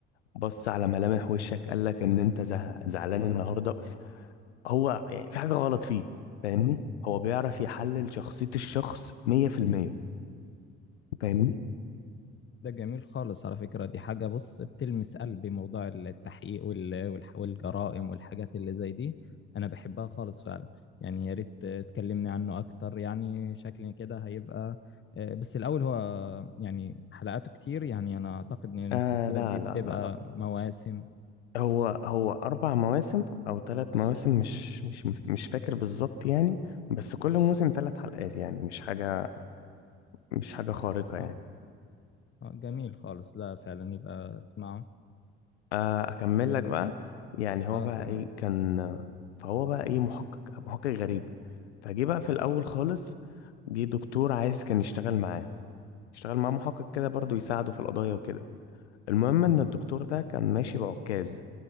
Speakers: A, on the left; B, on the left.
A: بص على ملامح وشك قال لك ان انت زه... زعلان النهارده هو يعني في حاجه غلط فيه فاهمني هو بيعرف يحلل شخصيه الشخص 100% فاهمني
B: ده جميل خالص على فكرة دي حاجة بص بتلمس قلبي موضوع التحقيق وال- والح- والجرائم والحاجات اللي زي دي أنا بحبها خالص فعلا يعني يا ريت تكلمني عنه أكتر يعني شكلي كده هيبقى آه، بس الأول هو يعني حلقاته كتير يعني أنا أعتقد إن المسلسلات
A: آه لا
B: دي
A: لا
B: بتبقى
A: لا لا
B: مواسم
A: هو هو أربع مواسم أو ثلاث مواسم مش مش مش فاكر بالظبط يعني بس كل موسم ثلاث حلقات يعني مش حاجة مش حاجة خارقة يعني
B: أه أه جميل خالص لا فعلا يبقى اسمعه
A: آه، أكمل لك بقى يعني هو
B: أه
A: بقى
B: تمام
A: إيه كان فهو بقى إيه محقق محقق غريب فجه بقى في الأول خالص جه دكتور عايز كان يشتغل معاه يشتغل معاه محقق كده برضه يساعده في القضايا وكده المهم إن الدكتور ده كان ماشي بعكاز